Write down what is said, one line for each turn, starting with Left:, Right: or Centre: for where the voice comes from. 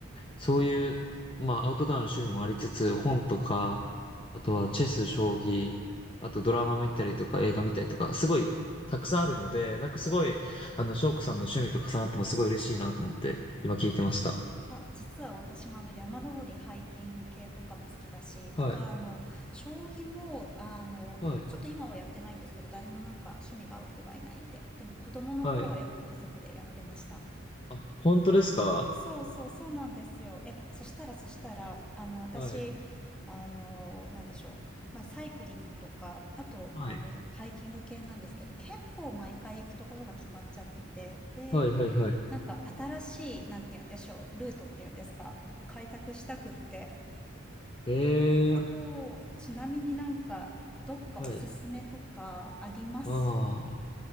Left: そういう、まあ、アウトドアの趣味もありつつ、本とか、あとはチェス、将棋、あとドラマ見たりとか映画見たりとか、すごいたくさんあるので、なんかすごい、あの、翔子さんの趣味と重なってもすごい嬉しいなと思って、今聞いてました。
Centre: あ、実は私もあの山登り、ハイキング系とかも好きだし、
Left: はい、
Centre: あとあの、将棋も、あの、
Left: はい、
Centre: ちょっと今はやってないんですけど、誰もなんか趣味が合う人がいないんで、でも子供の頃はよく家族でやってました。
Left: はい。あ、本当ですか
Centre: そうそうそうなんですよ。え、そしたらそしたら、あの、私、
Left: はい、
Centre: あの、なんでしょう。まあ、サイクリングとか、あと、
Left: はい、
Centre: あの、ハイキング系なんですけど、結構毎回行くところが決まっちゃってて、で、
Left: はい、はい、はい。
Centre: なんか新しい、なんて言うんでしょう、ルートっていうんですか、開拓したくって。
Left: ええー、
Centre: そう、ちなみになんか、どっかおすすめとかあります
Left: はい。ああ。